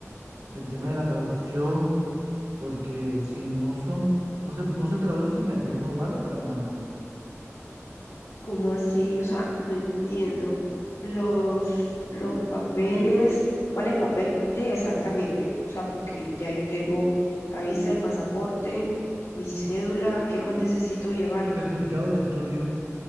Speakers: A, on the right; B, on the left.
A: el tema de la traducción, porque si no son, no se, no se traducen allá no vale para nada.
B: ¿Cómo así? O sea, no entiendo. Los, los papeles, ¿cuáles papeles exactamente? O sea, porque ya yo tengo la visa, el pasaporte, mi cédula, ¿qué más necesito llevar?
A: Certificado de estudio,